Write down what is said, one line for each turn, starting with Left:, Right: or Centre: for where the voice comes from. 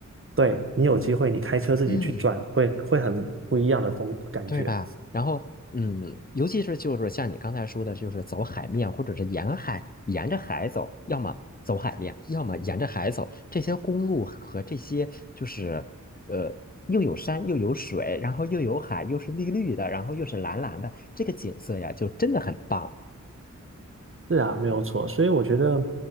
Right: 对，你有机会你开车自己去转，
Left: 嗯，
Right: 会会很不一样的风感觉。
Left: 对吧？然后嗯，尤其是就是像你刚才说的，就是走海面或者是沿海，沿着海走，要么走海面，要么沿着海走，这些公路和这些就是呃。又有山又有水，然后又有海，又是绿绿的，然后又是蓝蓝的，这个景色呀，就真的很棒。
Right: 是啊，没有错。所以我觉得，